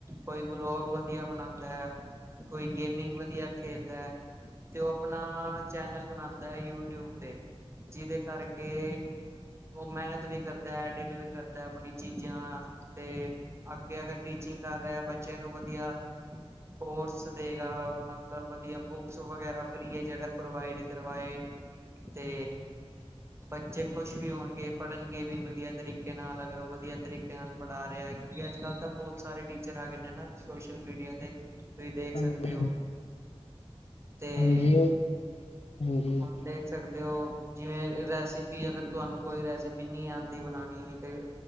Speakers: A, on the right; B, on the left.
A: ਕੋਈ ਬਲੋਗ ਵਧੀਆ ਬਨਾਉਂਦਾ। ਕੋਈ ਗੇਮਿੰਗ ਵਧੀਆ ਖੇਲ ਦਾ, ਤੇ ਉਹ ਆਪਣਾ ਚੈਨਲ ਬਨਾਉਂਦਾ ਯੂਟਿਊਬ ਤੇ। ਜਿਹਦੇ ਕਰਕੇ ਉਹ ਮਿਹਨਤ ਵੀ ਕਰਦਾ, ਐਡਿਟ ਵੀ ਕਰਦਾ ਆਪਨੀ ਚੀਜਾਂ ਤੇ ਅੱਗੇ ਅਗਰ ਟੀਚਿੰਗ ਕਰ ਰਿਹਾ, ਬੱਚਿਆਂ ਨੂੰ ਵਧੀਆ, ਕੋਰਸ ਦੇਗਾ ਮਤਲਬ ਵਧੀਆ, ਬੁਕਸ ਵਗੈਰਾ ਫਰੀ ਹੈ, ਜੇ ਅਗਰ ਪ੍ਰੋਵਾਈਡ ਕਰਵਾਏ, ਤੇ
B: <inaudible>
A: ਬੱਚੇ ਖੁਸ਼ ਵੀ ਹੋਣਗੇ, ਪੜ੍ਹਨਗੇ ਵੀ ਵਧੀਆ ਤਰੀਕੇ ਨਾਲ, ਅਗਰ ਉਹ ਵਧੀਆ ਤਰੀਕੇ ਨਾਲ ਪੜ੍ਹਾ ਰਿਹਾ। ਕਿਉਂਕਿ ਅੱਜ ਕੱਲ ਤਾ ਬਹੁਤ ਸਾਰੇ ਟੀਚਰ ਆ ਗਏ ਨੇ ਨਾ, ਸੋਸ਼ਲ ਮੀਡੀਆ ਤੇ, ਤੁਸੀ ਦੇਖ
B: ਹਾਂਜੀ,
A: ਸਕਦੇ ਹੋ। ਤੇ,
B: ਹਾਂਜੀ, ਉਹ- ਹਾਂਜੀ,
A: ਹੁਨ ਦੇਖ ਸਕਦੇ ਹੋ। ਜਿਵੇਂ ਰੈਸਿਪੀ, ਅਗਰ ਤੁਹਾਨੂੰ ਕੋਈ ਰੈਸਪੀ ਨਹੀ ਆਉਂਦੀ ਬਣਾਉਨੀ ਤੇ,